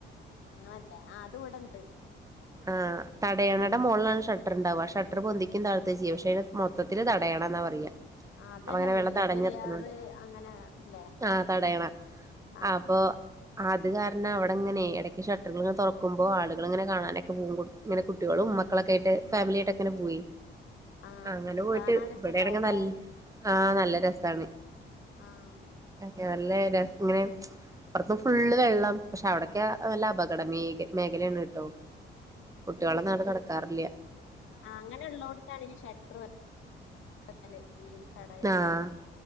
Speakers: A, on the left; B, on the right.
A: അങ്ങനല്ല ആ അത് ഇവിടെ <unintelligible>
B: ആഹ് തടയണയുടെ മോളിലാണ് ഷട്ടർണ്ടാവ. ഷട്ടറ് പൊന്തിക്കേം താഴ്ത്തേം ചെയ്യാം <unintelligible> മൊത്തത്തില് തടയണ എന്നാ പറയാ
A: ആ അതല്ലേ
B: അപ്പ അങ്ങനെ വെള്ളം
A: മുല്ലപ്പെരിയാറ്
B: തടഞ്ഞിർത്തണണ്ട്
A: അങ്ങനെ ഇല്ലേ
B: ആഹ് തടയണ
A: ആഹ്
B: അപ്പോ അത് കാരണം അവടെ ഇങ്ങനെ എടയ്ക്ക് ഷട്ടറുകള് ഇങ്ങനെ തൊറക്കുമ്പോ ആളുകള് ഇങ്ങനെ കാണാനെ ഇങ്ങനെ കുട്ടികളും മക്കളൊക്കെ ആയിട്ട് ഫാമിലിയായിട്ടൊ പോയി
A: ആഹ്
B: അങ്ങനെ പോയിട്ട്
A: കാണാൻ രസണ്ടാവൂലേ
B: ഇവിടാണയങ്കി നൽ ആഹ് നല്ല രസാണ്
A: ആഹ്
B: അ നല്ല ഇങ്ങനെ പുറത്ത് ഫുള്ള് വെള്ളം പക്ഷെ അവിടൊക്കെ നല്ല അപകട മേ മേഖലയാണ് ട്ടോ കുട്ടികളെന്നാണ് നടക്കാ പറില്ല
A: ആ അങ്ങനെ ഉള്ളോടത്താണ് ഈ ഷർട്ടല് ഈ തടയണം
B: ആഹ്